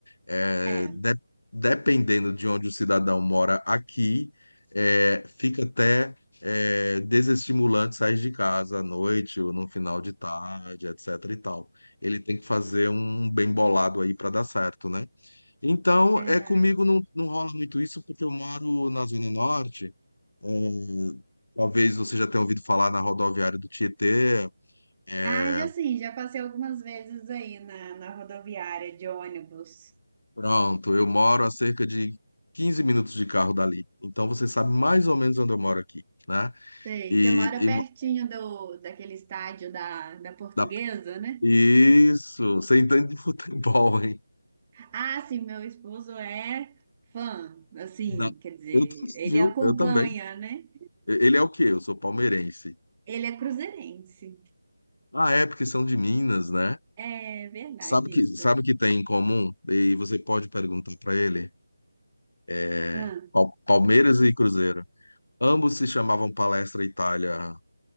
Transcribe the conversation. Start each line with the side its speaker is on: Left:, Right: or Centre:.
Left: É,
Right: É,
Left: dependendo de onde o cidadão mora aqui, é, fica até é, desestimulante sair de casa à noite ou no final de tarde, etc. e tal. Ele tem que fazer um um bem bolado aí para dar certo, né? Então,
Right: verdade.
Left: é comigo não, não rola muito isso porque eu moro na Zona Norte. É, talvez você já tenha ouvido falar na rodoviária do Tietê. É,
Right: Ah, já sim, já passei algumas vezes aí na, na rodoviária de ônibus.
Left: pronto, eu moro a cerca de 15 minutos de carro dali. Então você sabe mais ou menos onde eu moro aqui, né?
Right: Sei,
Left: E,
Right: você mora
Left: e
Right: pertinho
Left: mo-
Right: do, daquele estádio da, da Portuguesa,
Left: da-
Right: né?
Left: isso, você entende de futebol, hein?
Right: Ah, sim, meu esposo é fã, assim,
Left: Da-
Right: quer dizer,
Left: eu, t-
Right: ele
Left: viu?
Right: acompanha,
Left: Eu também.
Right: né?
Left: E- Ele é o quê? Eu sou palmeirense.
Right: Ele é cruzeirense.
Left: Ah, é, porque são de Minas, né?
Right: É verdade
Left: Sabe que,
Right: isso.
Left: sabe que tem em comum? E você pode perguntar para ele. É,
Right: Ah,
Left: Pal- Palmeiras e Cruzeiro. Ambos se chamavam Palestra Itália